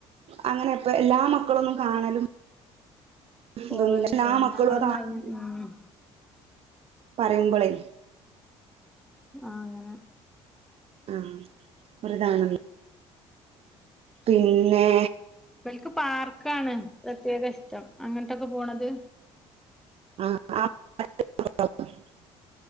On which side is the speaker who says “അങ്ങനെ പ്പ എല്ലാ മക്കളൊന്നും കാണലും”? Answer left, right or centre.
Right